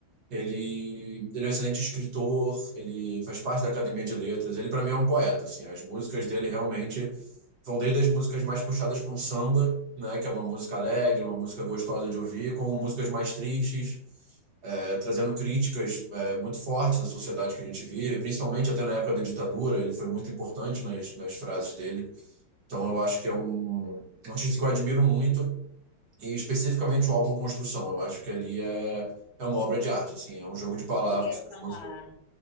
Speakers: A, on the right; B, on the left.
A: ele, ele é um excelente escritor, ele faz parte da Academia de Letras, ele para mim é um poeta, assim, as músicas dele realmente vão desde as músicas mais puxadas para um samba, né, que é uma música alegre, uma música gostosa de ouvir, como músicas mais tristes, é, trazendo críticas é, muito fortes da sociedade que a gente vive, principalmente até na época da ditadura, ele foi muito importante nas, nas frases dele. Então eu acho que é um, um artista que eu admiro muito e especificamente o álbum Construção, eu acho que ali é, é uma obra de arte, assim, é um jogo de palavras
B: Eu ia
A: com as
B: falar.
A: músicas.